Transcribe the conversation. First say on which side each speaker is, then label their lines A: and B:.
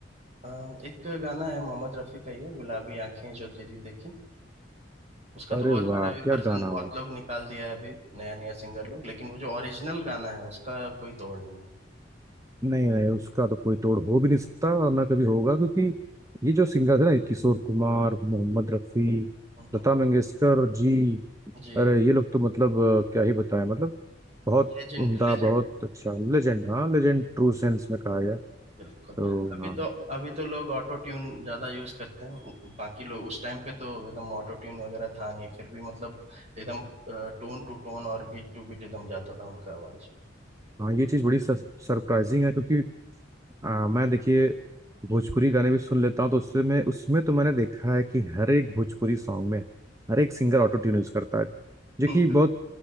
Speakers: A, on the right; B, on the right.
A: अ, एक गाना है मोहम्मद रफी का ये गुलाबी आंखें जो तेरी देखी उसका तो
B: अरे
A: बहुत सारा
B: वाह
A: भी
B: क्या
A: वर्जन
B: गाना
A: बहुत
B: हो
A: लोग निकाल दिया है अभी नया नया सिंगर लोग लेकिन वो जो ओरिजिनल गाना है उसका कोई तोड़ नहीं है
B: नहीं नहीं उसका तो कोई तोड़ हो भी नहीं सकता और ना कभी होगा क्योंकि ये जो सिंगर है ना ये किशोर कुमार मोहम्मद रफी
A: हम्म,
B: लता मंगेशकर जी
A: जी
B: अरे ये लोग तो मतलब अ, क्या ही बताएं मतलब बहुत
A: लेजेंड
B: उम्दा
A: लेजेंड
B: बहुत
A: है
B: अच्छा लेजेंड हाँ लेजेंड ट्रू सेंस में कहा जाए
A: बिल्कुल
B: तो
A: अभी
B: हाँ
A: तो अभी तो लोग ऑटो ट्यून ज्यादा यूज करते हैं बाकी लोग उस टाइम पे तो एकदम ऑटो ट्यून वगैरह था नहीं फिर भी मतलब एकदम टोन टू टोन और बीट टू बीट एकदम जाता था उनका आवाज
B: हाँ ये चीज़ बड़ी सरप्राइजिंग है क्योंकि आ, मैं देखिए भोजपुरी गाने भी सुन लेता हूँ तो उससे मैं उसमें तो मैंने देखा है कि हर एक भोजपुरी सॉन्ग में हर एक सिंगर ऑटो ट्यून यूज करता है जो
A: हम्म
B: कि बहुत